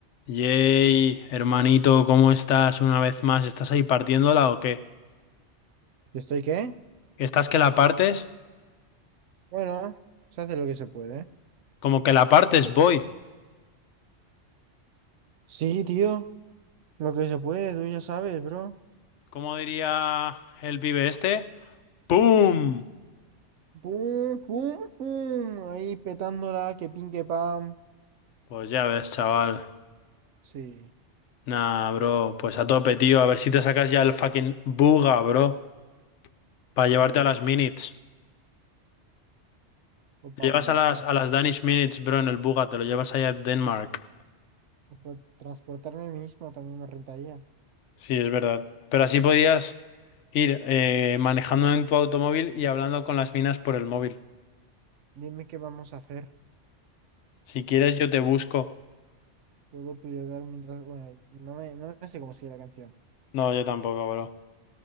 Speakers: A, on the left; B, on the right.
A: Yay, hermanito, ¿cómo estás una vez más? ¿Estás ahí partiéndola o qué?
B: ¿Yo estoy qué?
A: ¿Estás que la partes?
B: Bueno, se hace lo que se puede.
A: Como que la partes, voy.
B: Sí, tío, lo que se puede, tú ya sabes, bro.
A: ¿Cómo diría el pibe este? ¡Pum!
B: ¡Pum, pum, pum! Ahí petándola, que pin, que pam.
A: Pues ya ves, chaval.
B: Sí,
A: Nah, bro, pues a tope, tío. A ver si te sacas ya el fucking buga, bro. Para llevarte
B: ya ves.
A: a las minutes.
B: O
A: Te
B: pam,
A: llevas a las,
B: transpor-
A: a las Danish minutes, bro, en el buga. Te lo llevas allá a Denmark.
B: o pa- transportarme mismo también me rentaría.
A: Sí, es verdad. Pero así podías ir eh, manejando en tu automóvil y hablando con las minas por el móvil.
B: Dime qué vamos a hacer.
A: Si quieres, yo te busco.
B: Puedo pilotar mientras... Bueno, no me, no me sé cómo sigue la canción.
A: No, yo tampoco, bro.